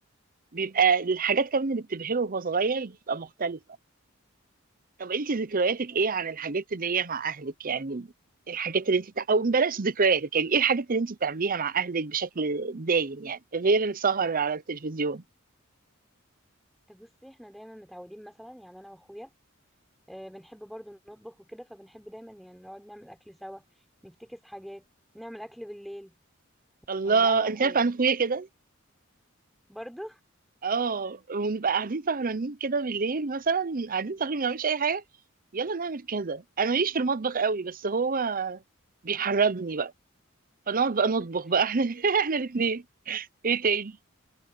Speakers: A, on the right; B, in the centre.
A: بيبقى الحاجات كمان اللي بتبهره وهو صغير بتبقى مختلفة طب انت ذكرياتك ايه عن الحاجات اللي هي مع اهلك يعني الحاجات اللي انت بتاع... او بلاش ذكرياتك يعني ايه الحاجات اللي انت بتعمليها مع اهلك بشكل دايم يعني غير السهر على التلفزيون
B: بصي احنا دايما متعودين مثلا يعني انا واخويا آه، بنحب برضو نطبخ وكده فبنحب دايما يعني نقعد نعمل أكل سوا نفتكس حاجات نعمل أكل بالليل
A: الله
B: يعني ده أنا وأخويا
A: انت عارفه انا اخويا كده
B: برضو
A: اه ونبقى قاعدين سهرانين كده بالليل مثلا قاعدين سهرانين ما بنعملش اي حاجه يلا نعمل كذا انا ماليش في المطبخ قوي بس هو بيحرجني بقى فنقعد
B: <laughs>
A: بقى نطبخ بقى احنا <laughs> احنا الاثنين ايه تاني